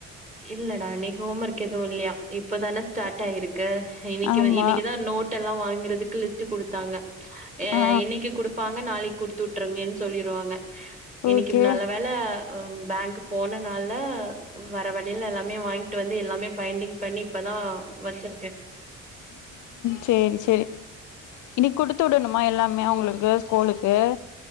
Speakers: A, on the right (about 25°); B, on the left (about 80°).
A: இல்லடா இன்னக்கி ஹோம் ஒர்க் எதுவு இல்லயா இப்பதான ஸ்டார்ட் ஆயிருக்கு இன்னக்கி
B: ஆமா
A: வ இன்னக்கிதா நோட் எல்லா வாங் கறதுக்கு லிஸ்ட்டு குடுத்தாங்க யா
B: ஆ
A: இன்னக்கி குடுப்பா ங்க நாளைக்கி குடுத்து விட்ருங்கன்னு சொல்லிருவாங்க. இன்னக்கி
B: ஓகே
A: நல்ல வேள ம் பேங்க் போனனால ஆ வர வழில எல்லாமே வாங்கிட்டு வந்து எல்லாமே பைண்டிங் பண்ணி இப்பதா வச்சிருக்கே
B: சேரி சேரி இன்னக்கி குடுத்து விடணுமா எல்லாமே அவங்களுக்கு ஸ்கூலுக்கு